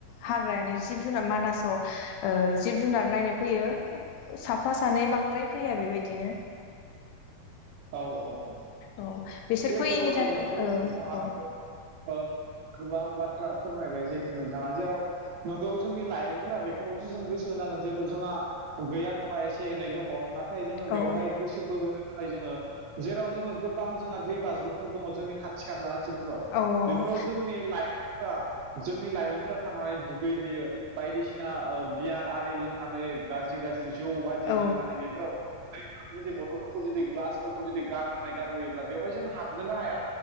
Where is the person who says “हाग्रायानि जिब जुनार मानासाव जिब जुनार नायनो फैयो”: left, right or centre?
Left